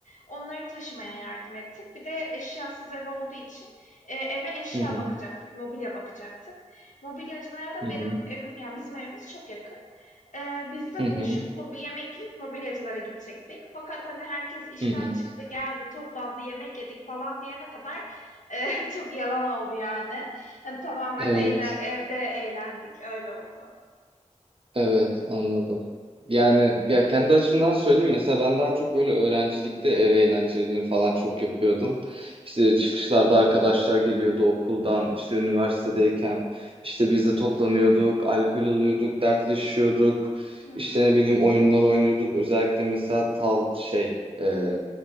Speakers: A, on the left; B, on the right.
A: Onları taşımaya yardım ettik. Bir de eşyasız ev olduğu için, eee, eve eşya
B: hı
A: bakacaktık, mobilya bakacaktık. Mobilyacılara da
B: hı
A: benim evim, yani bizim evimiz çok yakın. Eee, biz de
B: hı
A: buluşup mobi yemek yiyip mobilyacılara gidecektik. Fakat, hani, herkes işten
B: hı hı.
A: çıktı, geldi, toplandı, yemek yedik falan diyene kadar, eee, <laughs> çok yalan oldu yani. Hani, tamamen
B: Evet.
A: eğle evde eğlendik, öyle oldu.
B: Evet anladım. Yani ya kendi açımdan söyleyeyim mesela ben daha çok böyle öğrencilikte ev eğlencelerini falan çok yapıyordum. İşte çıkışlarda arkadaşlar geliyordu okuldan, işte üniversitedeyken işte biz de toplanıyorduk, alkol alıyorduk, dertleşiyorduk.
A: Hı hı.
B: İşte ne bileyim oyunlar oynuyorduk. Özellikle mesela tav şey e,